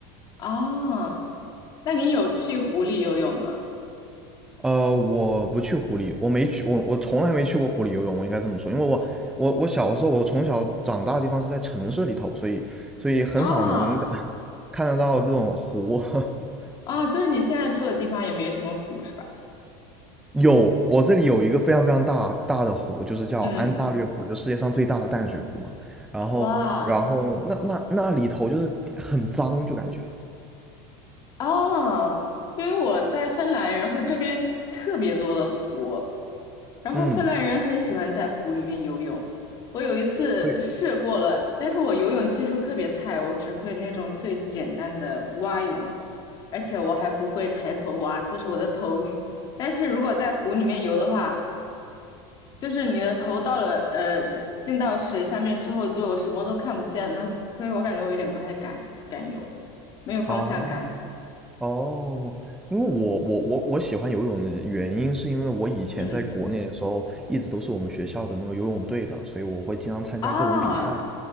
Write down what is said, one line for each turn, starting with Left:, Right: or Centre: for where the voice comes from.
Left: 哦，那你有去湖里游泳吗？
Centre: 呃，我不去湖里，我没去，我我从来没去过湖里游泳，我应该这么说，因为我我我小的时候，我从小长大的地方是在城市里头，所以所以很少能
Left: 啊
Centre: <laughs> 看得到这种湖。<laughs>
Left: 啊，就是你现在住的地方也没什么湖是吧？
Centre: 有，我这里有一个非常非常大大的湖，就是叫安大略湖，
Left: 嗯，
Centre: 就世界上最大的淡水湖嘛。然后，
Left: 哇，
Centre: 然后那那那里头就是很脏，就感觉，
Left: 哦，因为我在芬兰，然后这边特别多的湖，然后芬兰人很喜欢在湖里面游泳。
Centre: 嗯，
Left: 我有一次试过了，
Centre: 对，
Left: 但是我游泳技术特别菜，我只会那种最简单的蛙泳，而且我还不会抬头蛙，就是我的头。但是如果在湖里面游的话，就是你的头到了呃进进到水下面之后，就什么都看不见了，所以我感觉我有点不太敢敢游了没有方向感了。
Centre: 哦哦，因为我我我我喜欢游泳的原因，是因为我以前在国内的时候，
Left: 嗯
Centre: 一直都是我们学校的那个游泳队的，所以我会经常参加各种比赛。
Left: 啊，